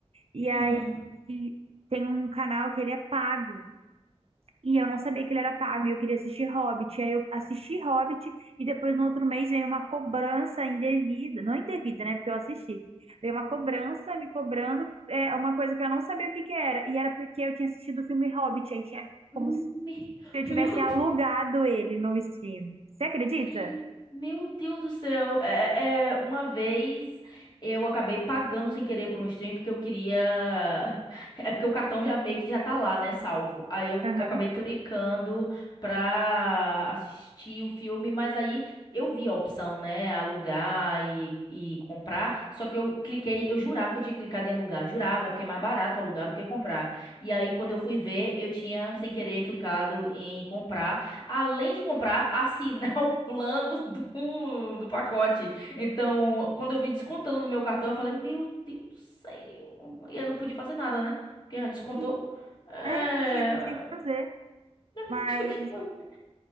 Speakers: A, on the right; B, on the left.
A: E
B: Uhum.
A: aí tem um canal que ele é pago. E eu não sabia que ele era pago e eu queria assistir Hobbit. E aí eu assisti Hobbit e depois no outro mês veio uma cobrança indevida. Não indevida, né? Porque eu assisti. Veio uma cobrança me cobrando é, uma coisa que eu não sabia o que que era. E era porque eu tinha assistido o filme Hobbit. Aí tinha
B: Hum,
A: como se
B: me- <laughs>
A: eu
B: Meu
A: tivesse
B: Deus.
A: alugado ele no streaming. Você acredita?
B: Sim, meu Deus do céu. É, é, uma vez eu acabei pagando sem querer por um stream porque eu queria. <laughs> É porque o cartão já meio que já tá lá, né? Salvo. Aí eu
A: Aham.
B: acabei clicando pra assistir o filme, mas aí eu vi a opção, né? Alugar e, e comprar. Só que eu cliquei, eu jurava que eu tinha clicado em alugar. Jurava, porque é mais barato alugar do que comprar. E aí, quando eu fui ver, eu tinha sem querer clicado em comprar além de comprar, assinar <laughs> o plano do, do pacote. Então, quando eu vi descontando no meu cartão, eu falei, meu Deus do céu. E eu não podia fazer nada, né? Porque já descontou.
A: Sim.
B: É...
A: É, não tinha, não tinha o que fazer.
B: Eu não
A: Mas,
B: podia o que fazer.